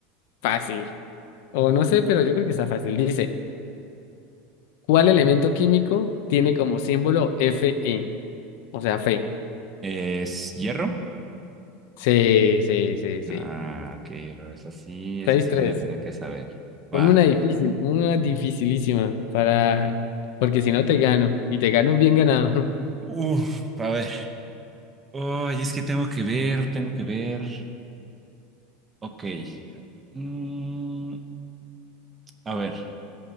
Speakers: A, on the left; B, on the right.
A: fácil, o no sé, pero yo creo que está fácil. Dice, ¿cuál elemento químico tiene como símbolo Fe? O sea, fe.
B: ¿Es hierro?
A: Sí, sí, sí, sí.
B: Ah, ok, hierro. Esa sí, esa
A: seis
B: sí
A: tres
B: me la tenía que saber.
A: Ponme
B: Va.
A: una difícil, ponme una dificilísima para, porque si no te gano, y te gano bien ganado.
B: Uf, a ver. Ay, es que tengo que ver, tengo que ver. Ok. Mm, a ver.